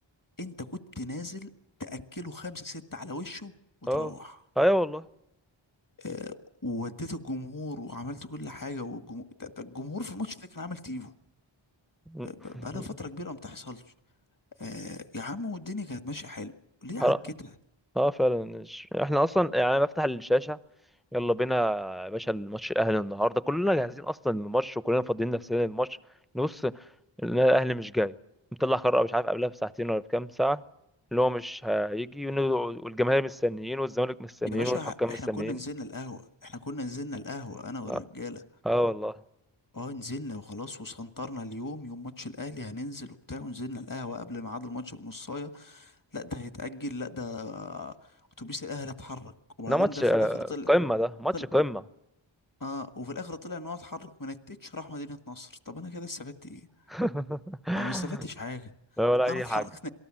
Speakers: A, on the left; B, in the centre.
A: انت كنت نازل تاكله خمسه سته على وشه وتروح
B: اه ايوه والله
A: آه، ووديت الجمهور وعملت كل حاجه والجمهور ده- ده الجمهور في الماتش ده كان عامل تيفو
B: <laughs>
A: آه، ب- بقالها فتره كبيره ما بتحصلش آه، يا عم والدنيا كانت ماشيه حلو ليه
B: حرام
A: عكتنا
B: اه فعلا مش- احنا اصلا يعني انا بفتح الشاشه يلا بينا يا باشا الماتش الاهلي النهارده كلنا جاهزين اصلا للماتش وكلنا فاضيين نفسنا للماتش نبص لقينا الاهلي مش جاي مطلع قرار مش عارف قبلها بساعتين ولا بكام ساعه اللي هو مش هيجي ون- والجماهير مستنيين والزمالك مستنيين
A: يا باشا
B: والحكام
A: احنا
B: مستنيين
A: كنا نزلنا القهوه احنا كنا نزلنا القهوه انا والرجاله
B: اه, آه والله
A: اه نزلنا وخلاص وسنطرنا اليوم يوم ماتش الاهلي هننزل وبتاع ونزلنا القهوه قبل ميعاد الماتش بنص لا ده هيتأجل لا ده اتوبيس الاهلي اتحرك وبعدين
B: ده ماتش
A: ده
B: آه،
A: في الاخر طلع
B: قمه ده ماتش
A: طلع
B: قمه
A: اه وفي الاخر طلع ان هو اتحرك من التتش راح مدينة نصر طب انا كده استفدت ايه
B: <laughs>
A: انا ما استفدتش حاجة
B: لا ولا اي
A: انا اتحركت
B: حاجه